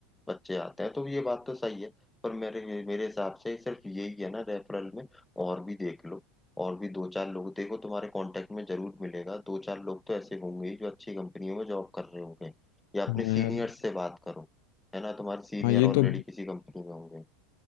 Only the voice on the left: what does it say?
हाँ
यार
हाँ ये
तो